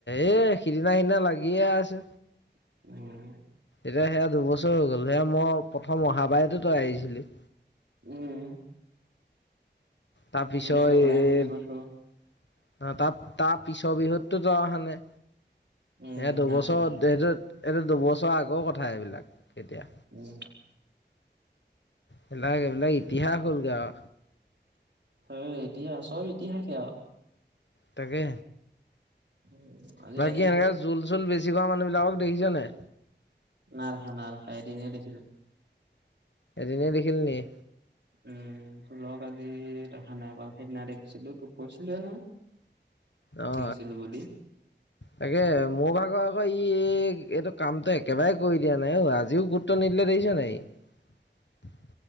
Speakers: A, on the left (about 75°); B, on the right (about 70°).
A: এই সিদিনা সিদিনা লাগিয়ে আছে
B: উম
A: এতিয়া সেয়া দুবছৰ হৈ গ'ল সেয়া মই প্ৰথম অহাবায়তো তই আহিছিলি
B: উম,
A: তাৰ পিছত
B: ধুনীয়াকে ওলাই
A: এ
B: মেলি
A: অ
B: গৈছো
A: তাত তাৰ পিছৰ বিহুতো তই অহা নাই।
B: উম
A: এ দুবছৰ
B: নাহা নাহা
A: এইটো এইটো দুবছৰৰ আগৰ কথা এইবিলাক। এতিয়া
B: উম
A: এইবিলাক এইবিলাক ইতিহাস হ'ল গে আও,
B: অ এতিয়া চব ইতিহাসে আৰু
A: তাকে
B: উম আজিকালি
A: বাকী এনেকে জোল চোল বেছি খোৱা মানুহ বিলাকক দেখিছানে নাই
B: না ৰাখা না ৰাখা এদিন হে দেখিলো
A: এদিনহে দেখিলি নেকি
B: উম, ধুলক আজি দেখা নাই বাৰু সেইদিনা দেখিছিলো তোক কৈছিলো নহয়।
A: অ,
B: দেখিছিলো বুলি
A: তাকে মোৰ ভাগৰ আকৌ ই, এইটো কামটো একেবাৰে কৰি দিয়া নাই অ, আজিও গুৰুত্ব নিদিলে দেখিছ নে নাই ই।